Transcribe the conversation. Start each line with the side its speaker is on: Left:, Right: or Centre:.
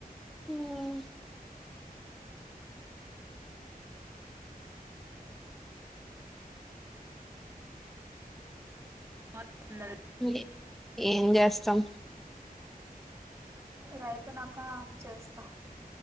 Centre: ఉమ్
Right: బ సంద
Centre: లే ఏం చేస్తాం
Right: ఇవైపోనాక చేస్తా